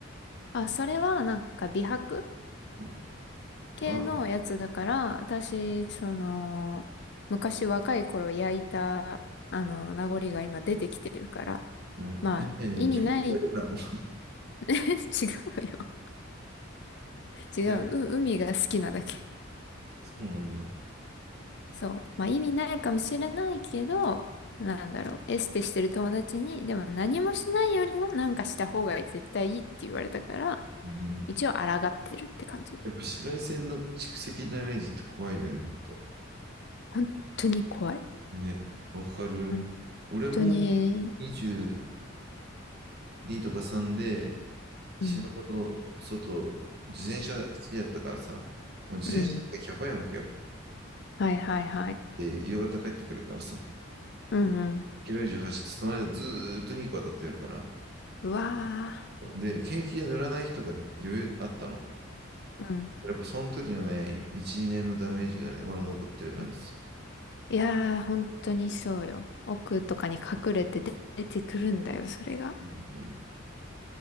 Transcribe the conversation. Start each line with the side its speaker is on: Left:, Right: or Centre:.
Left: あ、それはなんか美白
Right: うん。
Left: 系のやつだから、
Right: あ、
Left: 私、その、昔若い頃焼いた、あの、名残が今出てきてるから、
Right: うん。
Left: まあ、
Right: いやいや、
Left: 意味ない
Right: 逆、逆なの <laughs> い
Left: <laughs> 違うよ。違う、
Right: や、
Left: う、海が好きなだけ。
Right: そうなんだ。
Left: そう。まあ意味ないかもしれないけど、なんだろう、エステしてる友達に、でも何もしないよりはなんかした方が絶対いいって言われたから、
Right: うん。
Left: 一応抗ってるって感じ。
Right: やっぱ紫外線の蓄積ダメージって怖いよね、ほんと。
Left: 本当に怖い。
Right: ね、わかる。
Left: 本
Right: 俺も
Left: 当に、
Right: 22とか3で死ぬほど外、
Left: うん、
Right: 自転車好きだったからさ、もう自転車ってやばいわけよ。
Left: うん。はいはいはい。
Right: で、夕方帰ってくるからさ、
Left: うんうん。
Right: キロ以上走って、その間ずーっと2個当たってるから。
Left: うわ
Right: で、景気で塗らない人が余裕あったの。
Left: ー。うん。
Right: やっぱその時のね、1、2年のダメージがね、まだ残ってる感じですよ。
Left: うんいやー、本当にそうよ。奥とかに隠れて出てくるんだよ、それが。
Right: うん。